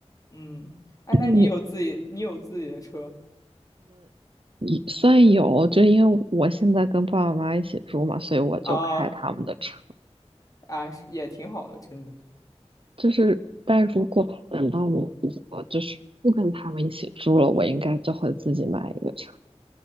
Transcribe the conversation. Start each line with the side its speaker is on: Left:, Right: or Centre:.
Left: 嗯，哎，
Right: 那你
Left: 那你有自己，你有自己的车
Right: 你算有，就因为我现在跟爸爸妈妈一起住嘛，所以我就开他们的车。
Left: 啊？啊，是也挺好的，真的。
Right: 就是，但如果等到我我就是不跟他们一起住了，我应该就会自己买一个车。